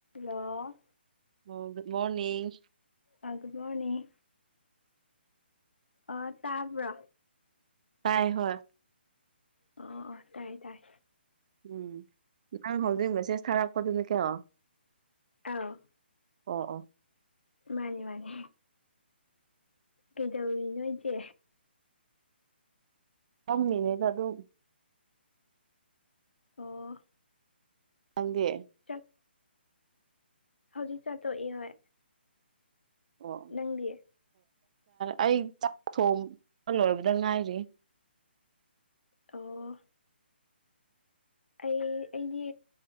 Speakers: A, on the left; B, on the right.
A: ꯍꯣ
B: ꯑꯣ good morning
A: ꯑꯥ ꯒꯨ ꯃꯣꯔꯅꯤꯡ ꯑꯥ ꯇꯥꯕ꯭ꯔꯣ
B: ꯇꯥꯏ ꯍꯣꯏ
A: ꯑꯣ ꯑꯣ ꯇꯥꯏꯌꯦ ꯇꯥꯏ
B: ꯎꯝ ꯅꯪ ꯍꯧꯖꯤꯛ ꯃꯁꯦꯁ ꯊꯥꯔꯛꯄꯗꯨꯅ ꯀꯌꯥꯣ
A: ꯑꯥ
B: ꯑꯣ ꯑꯣ
A: ꯃꯥꯅꯤ ꯃꯥꯅꯤ ꯀꯩꯗꯧꯋꯤ ꯅꯣꯏꯁꯦ
B: ꯀꯝꯅꯦꯗ ꯑꯗꯨ
A: ꯑꯣ
B: ꯅꯪꯗꯤ
A: ꯆꯠ ꯍꯧꯖꯤꯛ ꯆꯥꯊꯣꯛꯏ ꯍꯣꯏ
B: ꯑꯣ
A: ꯅꯪꯗꯤꯌꯦ
B: ꯑꯩ ꯆꯥꯛ ꯊꯣꯡ ꯂꯣꯏꯔꯕꯗ ꯉꯥꯏꯔꯤ
A: ꯎꯝ
B: ꯊꯝꯃꯦ
A: ꯑꯩ ꯑꯩꯗꯤ